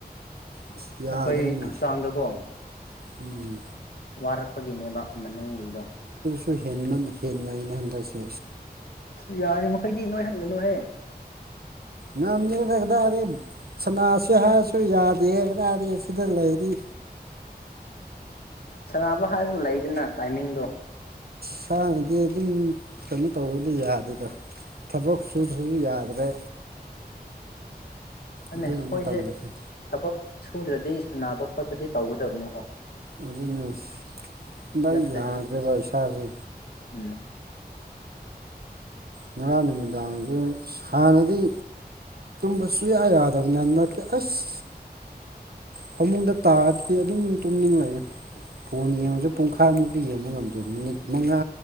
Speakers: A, on the right; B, on the left.
A: ꯑꯁ ꯌꯥꯗ꯭ꯔꯦꯅꯦ
B: ꯑꯩꯈꯣꯏ ꯍꯛꯆꯥꯡꯗꯀꯣ
A: ꯎꯝ
B: ꯋꯥꯔꯛꯄꯒꯤꯅꯦꯕ ꯃꯅꯨꯡꯒꯤꯗꯣ
A: ꯍ ꯍꯦꯟꯅ ꯑꯩꯅ ꯍꯟꯗꯛꯁꯦ
B: ꯑ ꯌꯥꯔꯤ ꯃꯈꯩꯗꯤ ꯅꯣꯏ ꯍꯟꯒꯅꯨꯍꯦ
A: ꯉꯝꯗꯦ ꯍꯗꯥꯗꯤ ꯁꯅꯥꯁꯤ ꯍꯥꯏꯔꯁꯨ ꯌꯥꯗꯦ ꯍꯗꯥꯗꯤ ꯁꯤꯗ ꯂꯩꯔꯤ
B: ꯁꯅꯕ ꯍꯥꯏꯕꯨ ꯂꯩꯗꯅ ꯇꯥꯏꯃꯤꯡꯗꯣ
A: ꯁꯥꯅꯗꯤ ꯑꯗꯨꯝ ꯀꯩꯅꯣ ꯇꯧꯕꯗꯤ ꯌꯥꯗꯦꯗꯣ ꯊꯕꯛ ꯁꯨꯁꯨ ꯌꯥꯗ꯭ꯔꯦ
B: ꯩ
A: ꯑꯗꯨꯅꯤ
B: ꯑꯩꯈꯣꯏꯁꯦ
A: ꯇꯜꯂꯤꯁꯦ
B: ꯊꯕꯛ ꯁꯨꯗ꯭ꯔꯗꯤ ꯁꯥꯟꯅꯕ ꯈꯣꯠꯄꯗꯤ ꯇꯧꯒꯗꯕꯅꯤꯀꯣ
A: ꯑꯗꯨꯅꯦ ꯍꯟꯗꯛ
B: ꯅꯠꯇ꯭ꯔꯗꯤ
A: ꯌꯥꯗ꯭ꯔꯦꯕ ꯏꯁꯥꯁꯦ
B: ꯎꯝ
A: ꯉꯔꯥꯡ ꯅꯨꯃꯤꯗꯥꯡꯁꯨ ꯍꯥꯟꯅꯗꯤ ꯇꯁꯨ ꯌꯥ ꯌꯥꯗꯕ ꯅꯅꯤ ꯀ ꯑꯁ ꯐꯃꯨꯡꯗ ꯇꯥꯔꯗꯤ ꯑꯗꯨꯝ ꯇꯨꯝꯅꯤꯡꯂꯛꯑꯦ ꯐꯣꯟ ꯌꯦꯡꯉꯁꯨ ꯄꯨꯡꯈꯥꯏꯃꯨꯛꯇꯤ ꯌꯦꯡꯕ ꯉꯝꯗꯦ ꯃꯤꯅꯤꯠ ꯃꯉꯥ